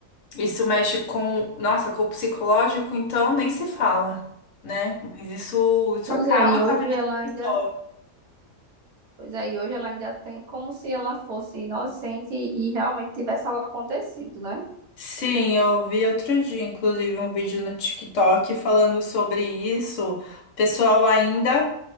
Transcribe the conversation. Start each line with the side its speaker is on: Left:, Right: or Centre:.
Left: Isso mexe com, nossa, com o psicológico, então nem se fala, né? Mas isso, isso
Right: Pois
Left: acaba
Right: é, e hoje
Left: com a vida
Right: ela
Left: da
Right: ainda,
Left: pessoa.
Right: pois é, e hoje ela ainda tem como se ela fosse inocente e realmente tivesse algo acontecido, né?
Left: Sim, eu vi outro dia, inclusive, um vídeo no TikTok falando sobre isso. O pessoal ainda